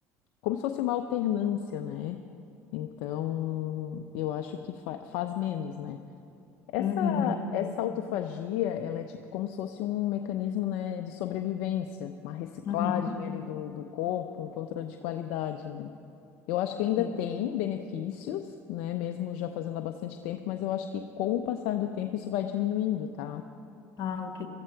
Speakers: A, on the left; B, on the left.
A: como se fosse uma alternância, né? Então, eu acho que fa- faz menos, né? Essa,
B: uhum,
A: essa autofagia, ela é tipo como se fosse um mecanismo, né, de sobrevivência, uma reciclagem
B: uhum,
A: ali do, do corpo, um controle de qualidade, né? Eu acho que ainda
B: sim.
A: tem benefícios, né, mesmo já fazendo há bastante tempo, mas eu acho que com o passar do tempo isso vai diminuindo, tá?
B: Ah, ok.